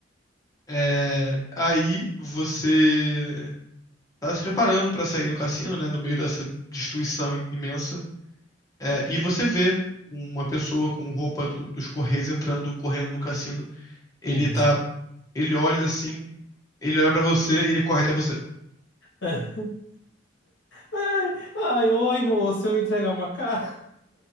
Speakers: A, on the left; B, on the left.
A: É, aí você tá se preparando pra sair do cassino, né, no meio dessa destruição im- imensa. É, e você vê uma pessoa com roupa do- dos Correios entrando, correndo no cassino. Ele
B: Hum.
A: tá, ele olha assim, ele olha pra você e ele corre até você.
B: <laughs> Ai, ai, oi, moço, eu entregar uma carta.